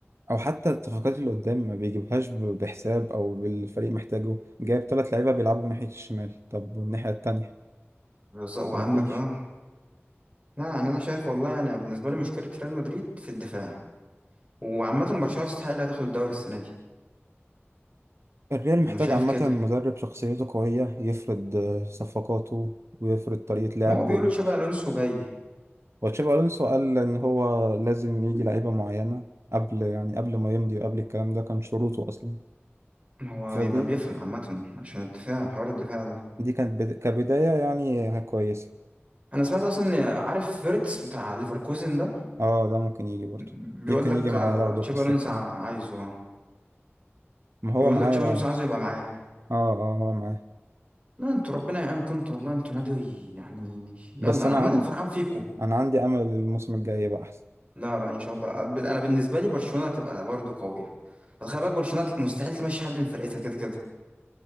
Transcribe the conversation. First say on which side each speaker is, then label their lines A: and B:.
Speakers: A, on the right; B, on the right.
A: او حتى الصفقات اللي قدام ما بيجيبهاش ب- بحساب او بالفريق محتاجه جايب ثلاث لعيبه بيلعبوا من ناحيه الشمال طب والناحيه التانية
B: بالظبط وعندك
A: ما فيش
B: اه لا يعني انا شايف والله يعني بالنسبه لي مشكله ريال مدريد في الدفاع وعامه برشلونه تستحق اللي هتاخد الدوري السنه دي
A: الريال
B: انا
A: محتاج
B: شايف
A: عامه
B: كده
A: مدرب شخصيته قويه يفرض آه، صفقاته ويفرض طريقه لعب
B: ما هو بيقولوا تشابي الونسو جاي
A: وتشابي الونسو قال ان هو لازم يجي لعيبه معينه قبل يعني قبل ما يمضي وقبل الكلام ده كان شروطه اصلا
B: هو
A: فدي
B: يبقى بيفهم عامه عشان الدفاع حوار الدفاع ده
A: دي كانت بد- كبدايه يعني كويسه
B: انا سمعت اصلا ان عارف فيرتس بتاع ليفركوزن ده
A: اه ده ممكن يجي برضه
B: بيقول
A: ممكن
B: لك
A: يجي معاه
B: آه،
A: ياخده
B: تشابي
A: في السكه
B: الونسو ع-
A: دي
B: عايزه اه
A: ما هو
B: بيقول
A: معاه
B: لك تشابي
A: اه
B: الونسو عايزه يبقى معاه
A: اه هو معاه
B: لا انتوا ربنا يعينكم انتوا والله انتوا نادي يعني يلا
A: بس
B: انا
A: انا
B: عمال
A: عندي
B: انا فرحان فيكم
A: انا عندي امل الموسم الجاي يبقى احسن
B: لا لا ان شاء الله أب- انا بالنسبه لي برشلونه هتبقى برضو قويه بس خلي بالك برشلونه ك- مستحيل تمشي حد من فرقتها كده كده